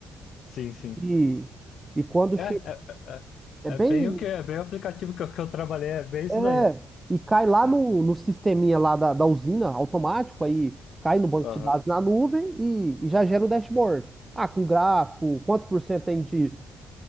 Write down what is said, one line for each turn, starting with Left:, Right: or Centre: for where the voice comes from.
Left: sim, sim.
Right: E, e quando chega.
Left: É, é, é, é
Right: É bem.
Left: É bem o que, é bem o aplicativo que eu, que eu trabalhei, é bem isso
Right: É.
Left: daí.
Right: E cai lá
Left: É.
Right: no, no sisteminha lá da, da usina, automático, aí cai no banco
Left: Aham.
Right: de dados na nuvem e, e já gera o dashboard. Ah, com gráfico, quantos por cento tem de,